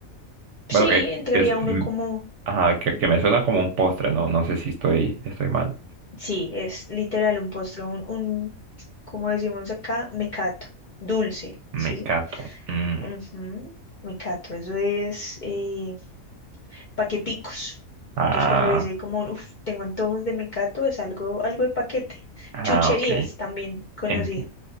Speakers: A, on the right (about 65°); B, on the left (about 50°).
A: Bueno,
B: sí,
A: que,
B: entraría
A: que es,
B: uno
A: mm,
B: como,
A: ajá, que, que me suena como un postre, ¿no? No sé si estoy, estoy mal.
B: sí, es literal un postre, un, un, como decimos acá, mecato, dulce,
A: Mecato.
B: ¿sí?
A: Mm,
B: Ujú, Mecato, eso es eh, paqueticos.
A: Ah,
B: Entonces cuando dice como, uff, tengo antojos de mecato, es algo, algo de paquete.
A: ah,
B: Chucherías
A: ok.
B: también conocía.
A: Enti-